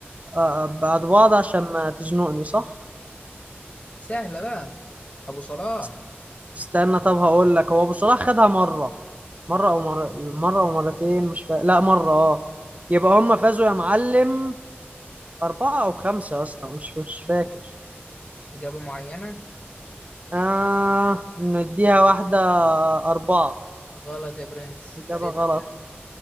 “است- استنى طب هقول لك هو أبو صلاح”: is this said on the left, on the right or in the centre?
Right